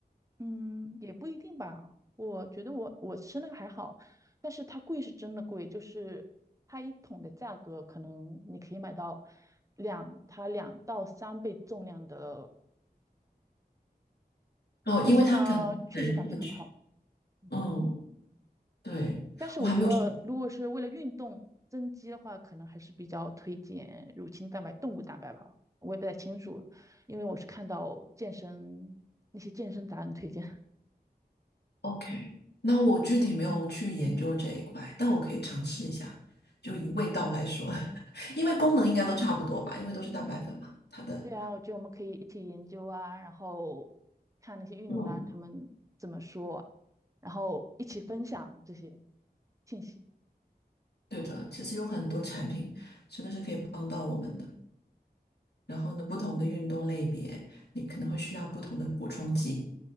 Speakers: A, on the right (about 20°); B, on the left (about 80°).
A: 嗯，也不一定吧。我觉得我我吃那个还好，但是它贵是真的贵，就是它一桶的价格，可能你可以买到两它两到三倍重量的，
B: 哦，
A: 但是呢，
B: 因为它可能难摄取
A: 确实感觉很好。嗯，
B: 嗯，对，
A: 但是我觉得如果是为了运动增肌的话，
B: 我还没有试过
A: 可能还是比较推荐乳清蛋白、动物蛋白吧。我也不太清楚，因为我是看到健身那些健身达人推荐。
B: OK，那我具体没有去研究这一块，但我可以尝试一下。就以味道来说，<laughs> 因为功能应该都差不多吧，
A: <laughs>
B: 因为都是蛋白粉嘛。它的，
A: 对啊，我觉得我们可以一起研究啊，然后看那些运动员他们怎么说啊，
B: 嗯，
A: 然后一起分享这些信息。
B: 对的，其实有很多产品真的是可以帮到我们的。然后呢，不同的运动类别，你可能会需要不同的补充剂。